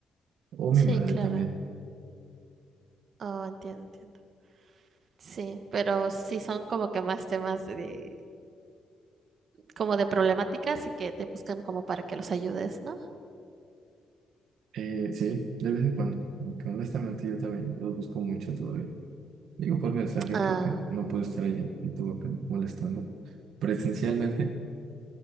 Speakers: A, on the right; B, on the right.
A: o
B: Sí,
A: mi madre
B: claro.
A: también.
B: Oh, entiendo, entiendo. Sí, pero sí son como que más temas de, como de problemáticas y que te buscan como para que los ayudes, ¿no?
A: Eh, sí, de vez en cuando, aunque honestamente yo también los busco mucho todavía. Digo por mensaje
B: Ah,
A: porque no pude estar allá, estuve pen- molestando presencialmente